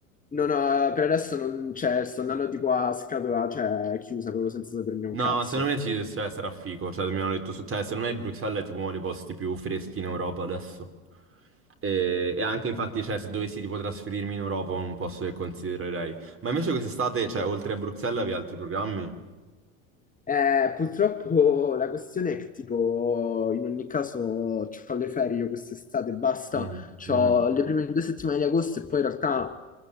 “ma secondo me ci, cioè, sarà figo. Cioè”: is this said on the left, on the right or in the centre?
Right